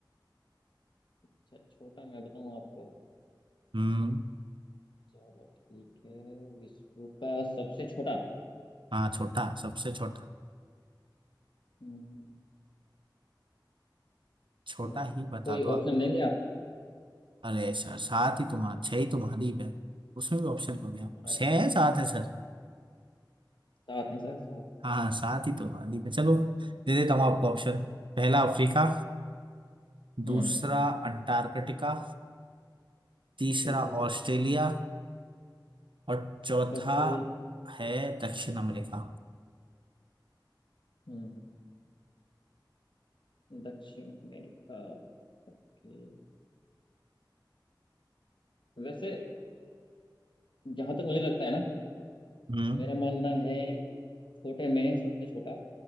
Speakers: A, on the left (about 80°); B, on the right (about 85°).
A: अच्छा छोटा मैं बताऊँ आपको
B: हम्म
A: चलो ठीक है विश्व का सबसे छोटा
B: हाँ छोटा सबसे छोटा
A: हम्म,
B: छोटा
A: क्या
B: ही बता
A: कोई
B: दो
A: ऑप्शन
B: आप
A: देंगे आप
B: अरे सर सात ही तुम्हारा छह ही तुम्हारी पे उसमें भी ऑप्शन हो गया
A: अरे
B: छह
A: सर
B: है सात है सर
A: सात हैं सर सात
B: हाँ हाँ सात ही तुम्हारी पे चलो दे देता हूँ आपको ऑप्शन
A: हम्म
B: पहला अफ्रीका
A: हम्म,
B: दूसरा अंटार्कटिका तीसरा
A: ठीक है
B: ऑस्ट्रेलिया और चौथा
A: ओके
B: है दक्षिण अमेरिका
A: हम्म दक्षिण अमेरिका ओके वैसे जहां तक मुझे लगता है ना
B: हम्म
A: मेरा मानना है छोटे में सबसे छोटा